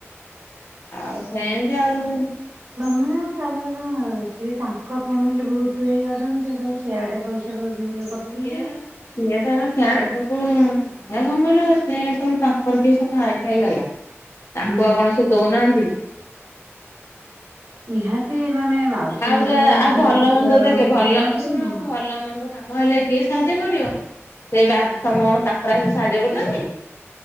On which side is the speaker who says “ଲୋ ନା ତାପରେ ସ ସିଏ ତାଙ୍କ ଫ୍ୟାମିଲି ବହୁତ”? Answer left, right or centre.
Right